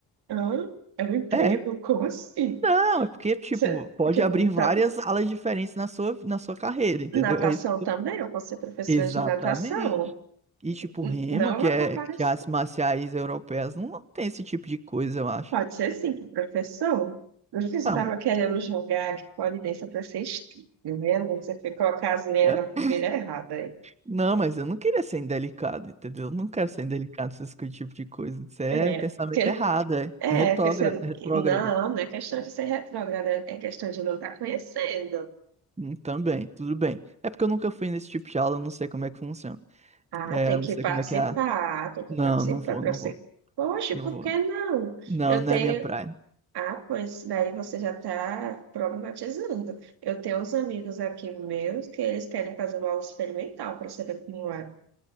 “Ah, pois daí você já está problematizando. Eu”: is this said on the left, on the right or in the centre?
Right